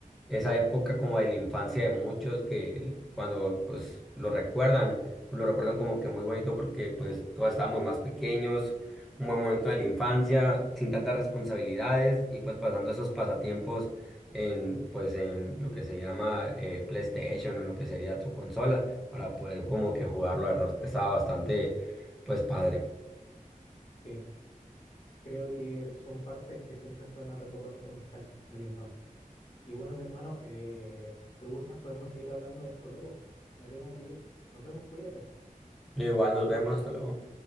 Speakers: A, in the centre; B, on the left.
A: esa época como de la infancia de muchos que cuando pues lo recuerdan, pues lo recuerdan como que muy bonito porque pues todos estábamos más pequeños, un buen momento de la infancia, sin tantas responsabilidades y pues pasando esos pasatiempos en pues en lo que se llama eh, PlayStation, en lo que sería tu consola, para poder como que jugarlo, la verdad, estaba bastante pues padre.
B: Sí, creo que son partes que siempre se van a recordar con nostalgia de la infancia. Y bueno, mi hermano, eh, si gustas podemos seguir hablando de esto luego. Me tengo que ir. Nos vemos, cuídate.
A: Igual nos vemos, hasta luego.